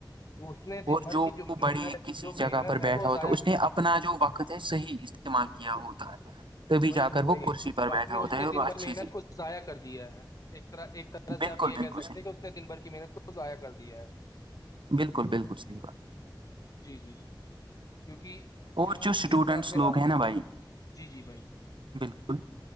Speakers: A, on the left; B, on the right.
A: اس نے دن
B: اور
A: بھر
B: جو
A: کی
B: بڑے
A: محنت
B: کسی
A: جو
B: جگہ
A: محنت
B: پر
A: ہے
B: بیٹھا
A: وہ
B: ہوتا
A: ضائع
B: اس
A: کی
B: نے
A: ہے
B: اپنا جو وقت کتے صحیح استعمال کیا ہوتا ہے تبھی
A: وہی
B: جا
A: وہی
B: کر وہ کرسی
A: جو
B: پر
A: اپنے
B: بیٹھا ہوتا
A: اس
B: ہے
A: نے
B: اور
A: دن
B: وہ اچھی
A: بھر محنت
B: سی
A: کو ضائع کر دیا ہے ایک طرح طح اس طرح
B: بالکل
A: سےپ یہ
B: بالکل
A: کہہ سکتے
B: صحیح
A: ہیں کہ اس نے دن بھر کی محنت کو ضائع کر دیا ہے
B: بالکل بالکل صحیح بات ہے
A: جی جی کیونکہ
B: اور
A: جو
B: اسٹوڈنٹس
A: جیسے آپ نے
B: لوگ ہیں نا بھائی
A: جی جی بھائی
B: بالکل